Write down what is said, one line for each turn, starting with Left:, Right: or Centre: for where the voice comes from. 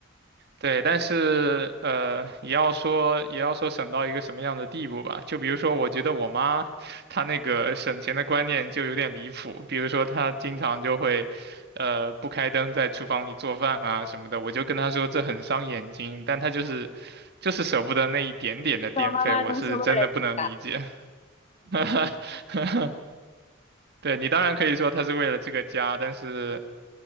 Right: 对，但是呃，也要说也要说省到一个什么样的地步吧。就比如说，我觉得我妈她那个省钱的观念就有点离谱，比如说她经常就会，呃，不开灯在厨房里做饭啊什么的，我就跟她说这很伤眼睛，但她就是就是舍不得那一点点的电费，
Left: 我妈妈都是为了你，
Right: 我是真的不能理解。<laughs> 对，你当然可以说她是为了这个家，但是。